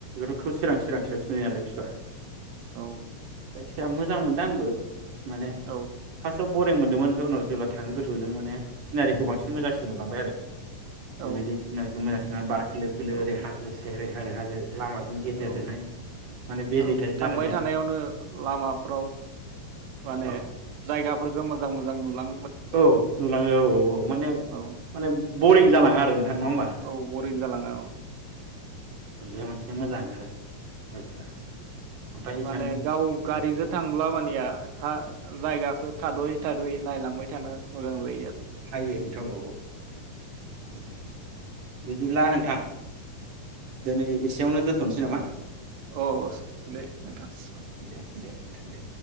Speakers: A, on the right; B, on the right.
A: बेखौथ सोरां सोरांसेयावसो नुयो नालाय बुस्थुआ
B: औ
A: जाय जाया मोजां मोनदों आंबो। माने
B: औ
A: फासाव बरिं मोन्दोंमोन ओमफाय उनाव जेब्ला थाङो गोथौजों माने सिनारिखौ बांसिन मोजांसिन नुलांबाय आरो। बेबायदि
B: औ
A: सिनारिखो मोजांसि बार खोलो खोलो
B: औ
A: ओरै हाजो <unintelligible> हानो हाजो लामाजों गेजेरजोंहाय
B: औ
A: माने भेलि
B: औ
A: टाइप
B: थांबाय
A: जानायजों
B: थानायावनो लामाफ्राव माने
A: औ
B: जायगाफोरखौ मोजां मोजां नुलां
A: औ नुलाङो औ औ औ माने
B: औ
A: माने बरिं जालाङा आरो नोंथां नङा होमबा
B: औ बरिं जालाङा।
A: बेयो मोनसे मोजां आरो बुस्थुआ ओमफ्राय
B: औ
A: एसां
B: माने गाव गारिजो
A: औ
B: थांब्ला मानिया हा जायगा थादयै थादयै नायलांबाय थानो मोजां जायो आरो
A: हायो नोंथां औ मोजां। बिदिब्ला नोंथां दोनै इसे याव दोन्थनोसै नामा
B: अस दे नोंथां।
A: औ दे दे नोथां दे।